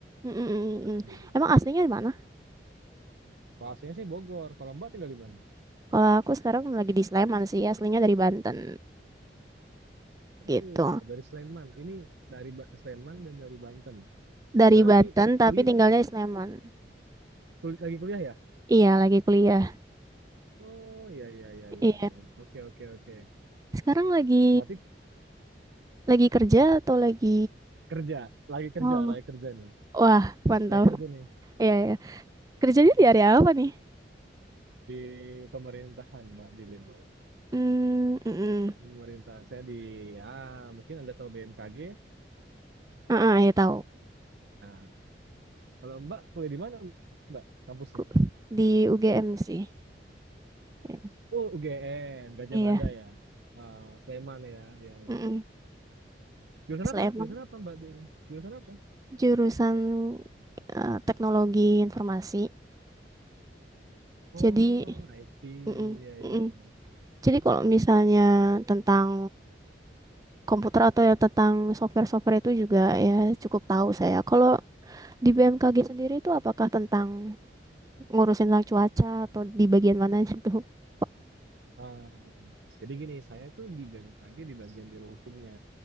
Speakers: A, on the right (about 20°); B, on the right (about 75°).
A: Mm, mm, mm,
B: Asli.
A: mm. mm. Emang aslinya di mana?
B: Kalau aslinya sih Bogor. Kalau Mbak tinggal di mana?
A: Kalau aku sekarang lagi di Sleman sih, aslinya dari Banten,
B: Oh,
A: gitu.
B: dari Sleman. Ini dari Ba- Sleman dan dari Banten.
A: Dari
B: Berarti
A: Banten, tapi
B: kuliah,
A: tinggalnya di Sleman.
B: kul- lagi kuliah ya?
A: Iya, lagi kuliah.
B: Oh, iya, iya, iya, iya,
A: Iya.
B: iya. iya. Oke, oke, oke.
A: Sekarang lagi
B: Berarti
A: lagi kerja atau lagi?
B: kerja, lagi kerja,
A: Oh,
B: lagi kerja nih.
A: wah, mantap.
B: Lagi kerja nih
A: Iya, iya. Kerjanya di area apa nih?
B: di pemerintahan, Mbak Dilin.
A: Hmm, mm-mm.
B: Pemerintah saya di ah mungkin Anda tahu BMKG.
A: Heeh, ya tahu.
B: Nah, kalau Mbak kuliah di mana Mbak kampusnya?
A: Ku- Di UGM sih. Eh,
B: Oh, UGM, Gajah
A: Iya.
B: Mada ya. Ah, Sleman ya, ya. ya.
A: Mm-mm.
B: Jurusan
A: Sleman
B: apa? Jurusan apa Mbak Din? Jurusan apa?
A: jurusan eh, teknologi informasi.
B: Oh,
A: Jadi,
B: IT.
A: mm-mm,
B: Ya, ya,
A: mm-mm.
B: ya.
A: Jadi kalau misalnya tentang komputer atau ya tentang software-software itu juga ya cukup tahu saya. Kalau di BMKG sendiri itu apakah tentang ngurusin tentang cuaca atau di bagian mananya tuh? Pak?
B: Ah, jadi gini, saya tuh di BMKG di bagian biro hukumnya,